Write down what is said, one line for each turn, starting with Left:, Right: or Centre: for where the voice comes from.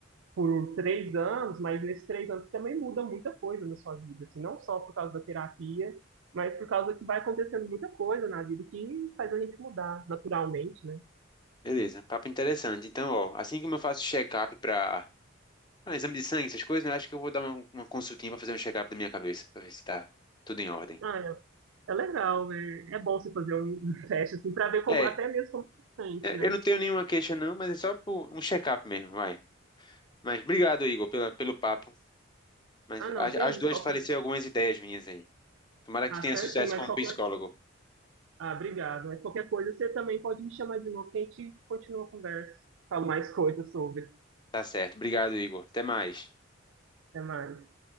Right: por um, três anos, mas nesses três anos também muda muita coisa na sua vida, assim, não só por causa da terapia, mas por causa que vai acontecendo muita coisa na vida que faz a gente mudar naturalmente, né?
Left: Beleza, papo interessante. Então, ó, assim como eu faço check-up para Ah, exame de sangue, essas coisas, né? Acho que eu vou dar uma, uma consultinha pra fazer um check-up da minha cabeça, pra ver se tá tudo em ordem.
Right: Ah, é, é legal, é, é bom você fazer um <laughs> um teste assim para ver como
Left: É,
Right: até mesmo como você se sente,
Left: é,
Right: né?
Left: eu não tenho nenhuma queixa não, mas é só por um check-up mesmo, vai. Mas obrigado, Igor, pela, pelo papo. Mas
Right: Ah, não,
Left: a-
Right: que isso.
Left: ajudou a
Right: Qualquer...
Left: esclarecer algumas ideias minhas aí. Tomara que
Right: Ah,
Left: tu tenha
Right: certinho,
Left: sucesso
Right: mas
Left: como
Right: qualquer.
Left: psicólogo.
Right: Ah, obrigado. Mas qualquer coisa você também pode me chamar de novo que a gente continua a conversa. Falo mais coisas sobre.
Left: Tá certo. Obrigado, Igor. Até mais.
Right: Até mais.